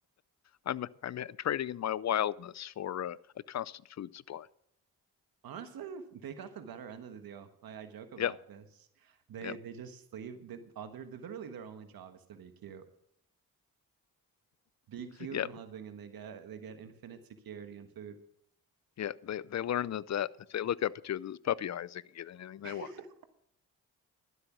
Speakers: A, on the left; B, on the right.
A: I'm I'm trading in my wildness for uh, a constant food supply.
B: Honestly, they got the better end of the deal. I, I joke about
A: Yep,
B: this. They
A: yep,
B: they just sleep. They, all their literally their only job is to be cute, be cute
A: yep,
B: and loving, and they get they get infinite security and food.
A: yep. They they learn that that if they look up at you with those puppy eyes, they can get anything they
B: <laughs>
A: want.